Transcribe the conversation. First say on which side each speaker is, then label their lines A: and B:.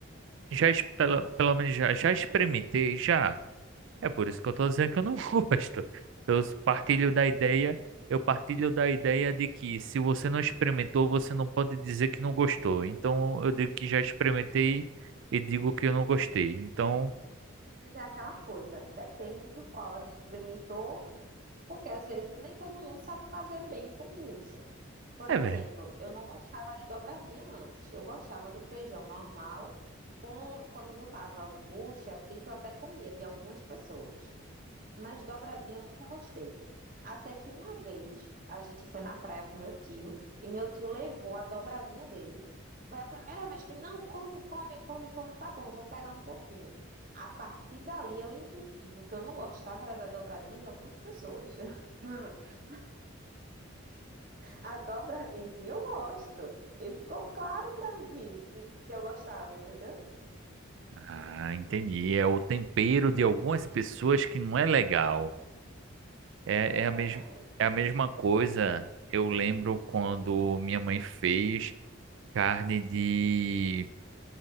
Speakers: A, on the right; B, on the right.
A: Já, es- pela, pelo menos já, já experimentei, já. É por isso que eu tô dizendo que eu não <laughs> gosto. Eu partilho da ideia, eu partilho da ideia de que se você não experimentou, você não pode dizer que não gostou. Então eu digo que já experimentei e digo que eu não gostei. Então,
B: mas é aquela coisa, depende do qual a gente experimentou Porque às vezes nem todo mundo sabe fazer bem com bucho. Por
A: é
B: exemplo,
A: verdade.
B: eu não gostava de dobradinha antes. Eu gostava do feijão normal, com, quando botava o bucho, e a tripa, eu até comia de algumas pessoas. Mas dobradinha eu nunca gostei. Até que uma vez a gente foi na praia com meu tio e meu tio levou a dobradinha dele. Foi a primeira vez que, não, come, come, come, come, tá bom, vou pegar um pouquinho. A partir dali eu entendi que o que eu não gostava era da dobradinha de algumas pessoas. <laughs> A dobradinha em si eu gosto. E ficou claro pra mim que, que eu gostava, entendeu?
A: Ah, entendi. É o tempero de algumas pessoas que não é legal. É,
B: Exatamente.
A: é a mes é a mesma coisa. Eu lembro quando minha mãe fez carne de